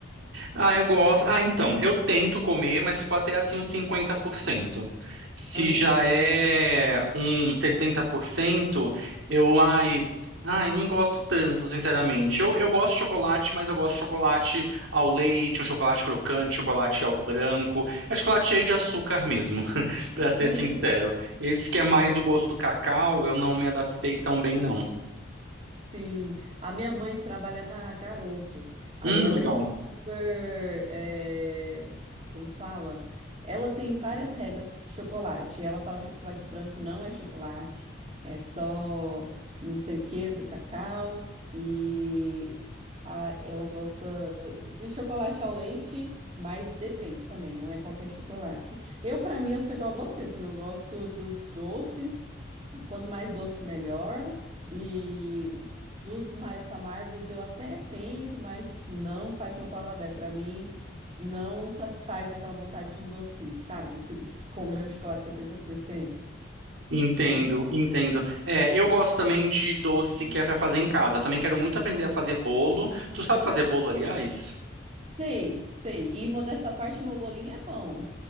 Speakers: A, on the right; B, on the right.
A: Ah, eu gosto. Ah, então, eu tento comer, mas se for até assim uns 50%. Se
B: Aham.
A: já é um 70%, eu, ai, ai, eu não gosto tanto, sinceramente. Eu, eu gosto de chocolate, mas eu gosto de chocolate ao leite, um chocolate crocante, chocolate ao branco. É chocolate cheio de açúcar mesmo, <laughs> pra
B: <laughs>
A: ser sincero. Esse que é mais
B: É.
A: o gosto do cacau, eu não me adaptei tão bem, não.
B: Sim, a minha mãe trabalha na Garoto. Aí
A: Hum,
B: ela
A: legal.
B: é super, eh, como fala? Ela tem várias regras chocolate. Ela fala chocolate branco não é chocolate, é só não sei o que do cacau e a- ela gosta de chocolate ao leite, mas depende também, não é qualquer chocolate. Eu para mim eu sou igual a você, assim, eu gosto dos doces, quanto mais doce melhor. E dos mais amargos eu até tento, mas não faz meu paladar. Pra mim, não satisfaz aquela vontade de um docinho, sabe? Se comer um chocolate 70%.
A: Entendo,
B: Então,
A: entendo. É, eu gosto também de doce que é para fazer em casa. Eu também quero muito aprender a fazer bolo. Tu sabe fazer bolo, aliás?
B: sei, sei. E mo dessa parte, meu bolinho é bom.